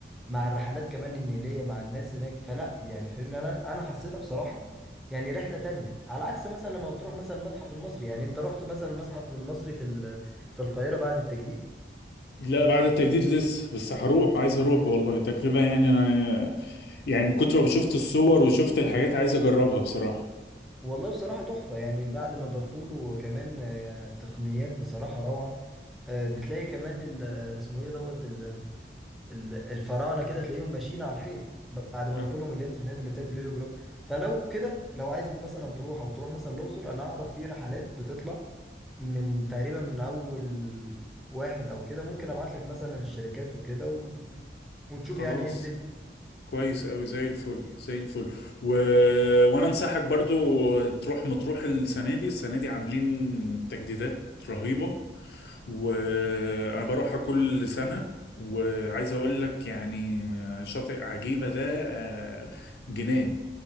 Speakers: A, in the centre; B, on the left (about 65°).
A: مع الرحلات كمان النيليه مع الناس هناك فلا يعني فاهمني انا انا حسيتها بصراحه يعني رحله تانية على عكس مثلا لما بتروح مثلا المتحف المصري يعني انت رحت مثلا المتحف المصري في ال... في القاهره بعد التجديد
B: لا بعد التجديد لسه بس هروح عايز اروح والله تجربه يعني أنا يعني من كتر ما شفت الصور وشفت الحاجات عايز اجربها بصراحه
A: والله بصراحه تحفه يعني بعد ما ضافوا له كمان آه، تقنيات بصراحه روعه آه، بتلاقي كمان ال... اسمه ايه دوت ال- الفراعنه كده تلاقيهم ماشيين على الحيط بعد ما
B: آه،
A: ضافوا لهم اللي هي التقنيات اللي بتاعت الهيلوجرام فلو كده لو عايز مثلا تروح او تروح مثلا الاقصر انا اعرف في رحلات بتطلع من تقريبا من اول واحد او كده ممكن ابعت لك مثلا الشركات وكده و... وتشوف
B: خلاص
A: يعني ايه الدنيا
B: كويس أوي زي الفل زي الفل و... وانا انصحك برضو تروح مطروح السنه دي السنه دي عاملين تجديدات رهيبه وانا بروحها كل سنه وعايز اقول لك يعني شاطئ عجيبه ده آه، جنان